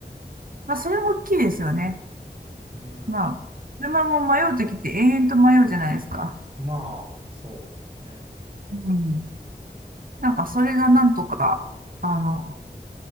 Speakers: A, on the right; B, on the right.
A: まあ、それも大きいですよね。
B: うーん。
A: まあ、車も迷うときって永遠と迷うじゃないですか。
B: まあ、そうですね。
A: うん。なんかそれがなんとか、あの、